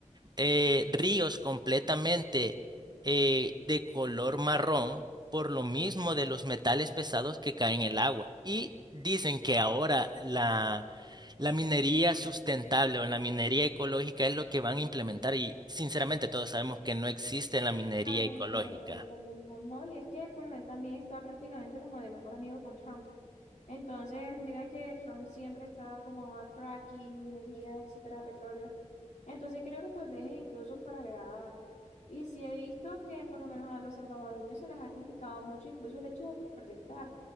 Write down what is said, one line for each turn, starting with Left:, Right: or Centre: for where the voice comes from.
Right: eh, ríos completamente eh, de color marrón por lo mismo de los metales pesados que caen en el agua. Y dicen que ahora la, la minería sustentable o la minería ecológica es lo que van a implementar y sinceramente todos sabemos que no existe la minería
Left: Ah,
Right: ecológica.
Left: eso Es lo mismo, ¿no? Y es que, bueno, él también está prácticamente como de mejor amigo con Trump. Entonces, mira que Trump siempre está como a fracking, minería, etcétera, petróleo. Entonces, creo que tal vez es incluso para grabar. Y sí he visto que por lo menos a los salvadoreños se les ha criticado mucho incluso el hecho de pro- protestar,